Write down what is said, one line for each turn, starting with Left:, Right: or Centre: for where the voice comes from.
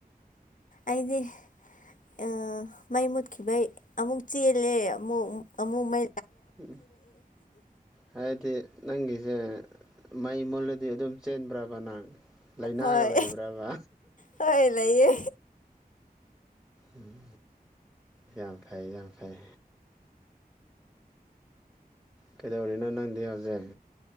Left: ꯑꯗꯤ ꯑ ꯃꯥꯏ ꯃꯨꯠꯈꯤꯕꯩ ꯑꯃꯨꯛ ꯆꯦꯜꯂꯦ ꯑꯃꯨꯛ ꯑꯃꯨꯛ ꯃ
Centre: ꯎꯝ ꯍꯥꯏꯗꯤ ꯅꯪꯒꯤꯁꯦ ꯃꯩ ꯃꯨꯜꯂꯗꯤ ꯑꯗꯨꯝ ꯆꯦꯟꯕ꯭ꯔꯕ ꯅꯪ ꯂꯥꯏꯅꯥꯒ
Left: ꯍꯣꯏ
Centre: ꯂꯩꯕ꯭ꯔꯕ
Left: ꯍꯣꯏ ꯂꯩꯌꯦ
Centre: ꯎꯝ ꯌꯥꯝ ꯐꯩ ꯌꯥꯝ ꯐꯩ ꯀꯩꯗꯧꯔꯤꯅꯣ ꯅꯪꯗꯤ ꯍꯧꯖꯤꯛ